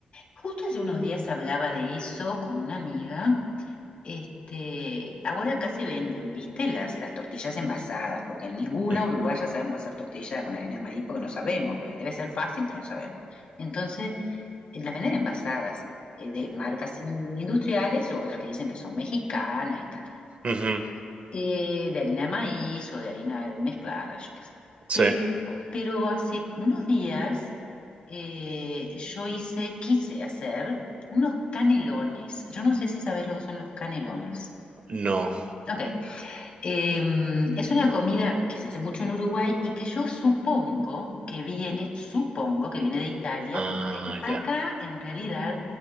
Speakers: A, on the left (about 40°); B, on the right (about 50°).
A: justo hace unos días hablaba de eso con una amiga este, ahora acá se venden, ¿viste? Las, las tortillas envasadas, porque en ninguna
B: Ujú,
A: uruguaya sabemos hacer tortillas con harina de maíz porque no sabemos, pues, debe ser fácil, pero no sabemos. Entonces, eh, las venden envasadas, eh, de marcas in- industriales o otras que dicen que son mexicanas y tal,
B: ujú,
A: eh, de harina de maíz o de harina mezclada, yo qué sé.
B: sí,
A: Pero, pero hace unos días eh, yo hice, quise hacer unos canelones. Yo no sé si sabés lo que son los canelones.
B: no,
A: Ok, eh, es una comida que se hace mucho en Uruguay y que yo supongo que viene, supongo que viene de Italia,
B: ah,
A: porque acá
B: ya,
A: en realidad